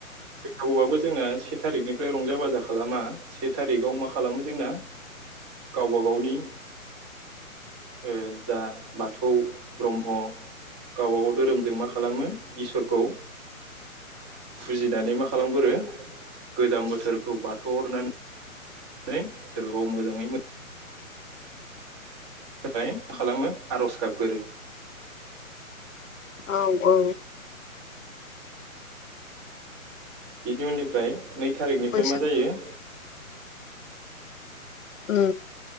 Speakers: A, on the right; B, on the left.
A: फैथावबाबो जोंना से थारिखनिफ्राय रंजा बाजा खालामा से थारिखआव मा खालामो जोंना गावबा गावनि ओ जा बाथौ ब्रह्म गावबा गाव धोरोमजों मा खालामो इसोरखौ बुजिनानै मा खालामगोरो गोजां बोथोरखौ बारखो हरनानै <unintelligible> मोजाङै मोजां बिनि थाखाय मा खालामो आरज गाबगोरो।
B: औ औ।
A: बिदि उननिफ्राय नै थारिखनिफ्राय
B: बैसाग
A: मा जायो?
B: ओ